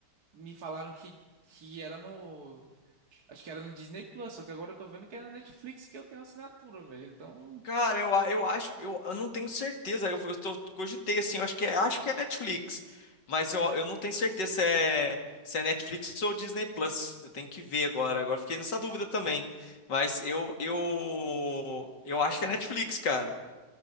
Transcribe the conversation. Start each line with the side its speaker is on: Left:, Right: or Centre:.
Right: me falaram que, que era no. Acho que era no Disney Plus, só que agora eu tô vendo que é na Netflix que eu tenho assinatura, velho. Então,
Left: Cara, eu, a- eu acho, eu, eu não tenho certeza. Eu, eu tô, cogitei assim, eu acho que é, acho que é Netflix, mas eu, eu não tenho certeza se é, se é Netflix ou Disney Plus. Eu tenho que ver agora. Agora fiquei nessa dúvida também. Mas eu, eu, eu acho que é Netflix, cara.